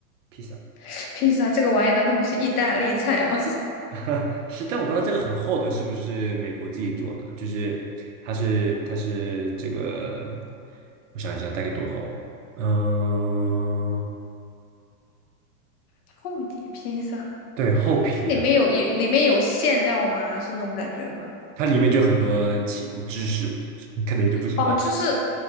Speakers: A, on the right; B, on the left.
A: 披萨，
B: <laughs> 披萨这个玩意难道不是意大利菜吗？
A: <laughs> 是，但我不知道这个很厚的是不是美国自己做的，就是它是它是这个，我想一下大概多厚，嗯、
B: <laughs> 厚底披萨。
A: 对，厚皮的，
B: 里面有有里面有馅料吗？是那种感觉吗？
A: 它里面就很多其知识，<laughs> 可能你就不喜欢，
B: 哦，就是